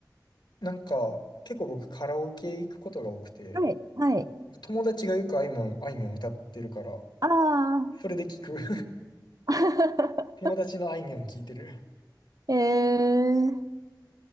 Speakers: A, on the left (about 80°); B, on the right (about 55°).
A: なんか、結構僕カラオケ行くことが多くて、
B: はい、はい。
A: 友達がよくあいみょん、あいみょん歌ってるから、
B: ああ。
A: それで聞く。<laughs>
B: <laughs>
A: 友達のあいみょん聞いてる。
B: えー、